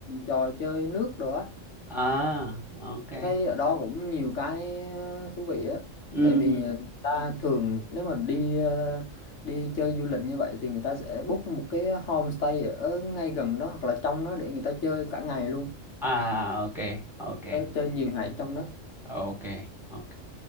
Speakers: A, on the left; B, in the centre.
A: trò chơi nước rồi á
B: ờ, ok.
A: Tôi thấy ở đó cũng nhiều cái ờ, thú vị á
B: Ừ,
A: tại vì người ta thường nếu mà đi ờ, đi chơi du lịch như vậy thì người ta sẽ book một cái homestay ở ngay gần đó hoặc là trong đó để người ta chơi cả ngày luôn
B: à, ok, ok,
A: Ờ, chơi nhiều ngày trong đó
B: ok, ok.